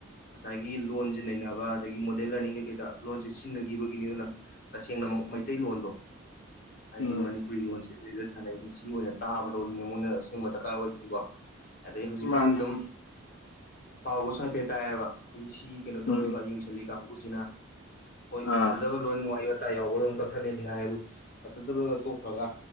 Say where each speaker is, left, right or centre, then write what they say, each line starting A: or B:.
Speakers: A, on the left; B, on the left.
A: ꯉꯁꯥꯏꯒꯤ ꯂꯣꯟꯖꯦ ꯅꯩꯅꯕ ꯑꯗꯒꯤ꯫ ꯃꯣꯗꯦꯜ ꯂꯔꯅꯤꯡ ꯀꯩꯀꯩꯗ ꯂꯣꯟꯁꯦ ꯁꯤꯟꯅꯒꯤꯕꯒꯤꯅꯦ ꯑꯗꯨꯅ ꯇꯁꯦꯡꯅ ꯑꯃꯨꯛ ꯃꯩꯇꯩꯂꯣꯟꯗꯣ꯫ ꯍꯥꯏꯗꯤ
B: ꯎꯝ
A: ꯃꯅꯤꯄꯨꯔꯤ ꯂꯣꯟꯁꯦ ꯁꯤꯗꯩꯗ ꯁꯥꯟꯅꯩꯁꯦ ꯁꯤ ꯑꯣꯏꯅ ꯇꯥꯕꯗꯣ ꯅꯉꯣꯟꯅ ꯑꯁꯦꯡꯕ ꯗꯔꯀꯥꯔ ꯑꯣꯏꯕꯗꯤꯀꯣ꯫
B: <unintelligible>
A: ꯑꯗꯩ ꯍꯧꯖꯤꯛꯀꯥꯟꯗꯤ
B: ꯃꯥꯅꯤ
A: ꯗꯨꯝ ꯄꯥꯎꯒꯁꯨ ꯍꯥꯏꯐꯦꯠ ꯇꯥꯏꯌꯦꯕ ꯑꯩꯈꯣꯏꯒꯤ ꯁꯤꯒꯤ ꯀꯩꯅꯣ ꯇꯧꯔꯤꯕ
B: ꯎꯝ
A: ꯌꯦꯡꯁꯜꯂꯤ ꯀꯥꯡꯕꯨꯁꯤꯅ꯫ ꯍꯣꯏ
B: ꯑꯥ
A: ꯐꯖꯗꯕ ꯂꯣꯟ ꯋꯥꯍꯩ ꯋꯥꯇꯥ ꯌꯥꯎꯕꯗꯨꯝ ꯀꯛꯊꯠꯂꯦꯗꯤ ꯍꯥꯏ ꯑꯗꯨ꯫ ꯐꯖꯗꯕꯒ ꯇꯣꯛꯈ꯭ꯔꯥꯒ